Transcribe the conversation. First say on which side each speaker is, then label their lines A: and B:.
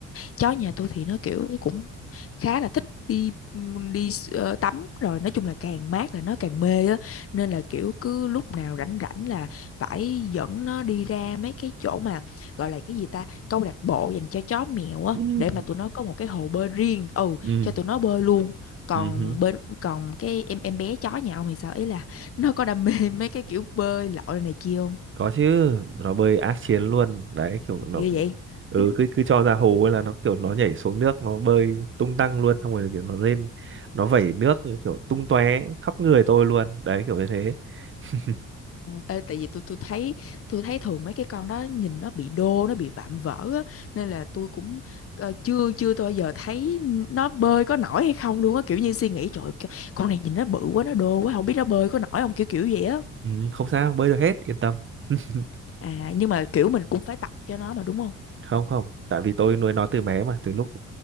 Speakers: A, on the left; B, on the right.
A: chó nhà tôi thì nó kiểu cũng khá là thích đi đi ờ, tắm rồi nói chung là càng mát là nó càng mê á nên là kiểu cứ lúc nào rảnh rảnh là phải dẫn nó đi ra mấy cái chỗ mà gọi là cái gì ta câu lạc bộ dành cho chó mèo á
B: ừ
A: để mà tụi nó có một cái hồ bơi riêng ừ
B: ừ
A: cho tụi nó bơi luôn còn
B: ừ hứ.
A: bên còn cái em em bé chó nhà ông thì sao ý là nó có đam mê <laughs> mấy cái kiểu bơi lội này kia không
B: có chứ nó bơi ác chiến luôn đấy kiểu nó
A: ghê vậy
B: ừ
A: <laughs>
B: cứ cứ cho ra hồ ấy là nó kiểu nó nhảy xuống nước nó bơi tung tăng luôn xong rồi kiểu nó lên nó vẩy nước kiểu tung tóe khắp người tôi luôn đấy kiểu như thế <laughs>
A: Ê, tại vì tôi tôi thấy tôi thấy thường mấy cái con đó nhìn nó bị đô nó bị vạm vỡ á nên là tôi cũng ờ, chưa chưa tôi bao giờ thấy nó bơi có nổi hay không luôn á kiểu như suy nghĩ trời ơi, con này nhìn nó bự quá nó đô quá không biết nó bơi có nổi không kiểu kiểu vậy á
B: ừ, không sao bơi được hết yên tâm <laughs>
A: à nhưng mà kiểu mình cũng phải tập cho nó mà đúng không
B: không không tại vì tôi nuôi nó từ bé mà từ lúc